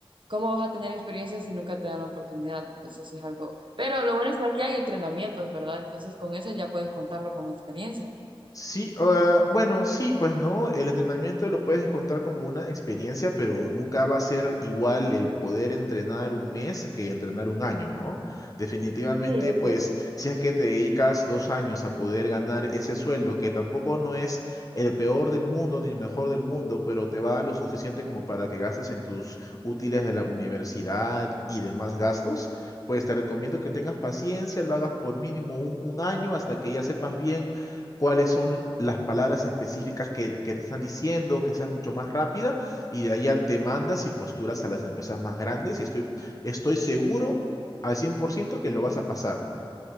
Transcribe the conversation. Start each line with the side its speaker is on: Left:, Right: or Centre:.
Right: ¿cómo vas a tener experiencia si nunca te dan la oportunidad? Entonces es algo, pero lo bueno es que aquí hay entrenamientos, ¿verdad? Entonces con eso ya puedes contarlo como experiencia.
Left: Sí, ah, bueno, sí, pues no, el entrenamiento lo puedes contar como una experiencia, pero nunca va a ser igual el poder entrenar un mes que entrenar un año, ¿no? Definitivamente,
Right: Sí, es
Left: pues
Right: cierto.
Left: si es que te dedicas dos años a poder ganar ese sueldo, que tampoco no es el peor del mundo ni el mejor del mundo, pero te va lo suficiente como para que gastes en tus útiles de la universidad y demás gastos, pues te recomiendo que tengas paciencia, lo hagas por mínimo un un año hasta que ya sepas bien cuáles son las palabras específicas que, que te están diciendo, que seas mucho más rápida y de ahí ya te mandas y postulas a las empresas más grandes y estoy, estoy seguro al 100% que lo vas a pasar.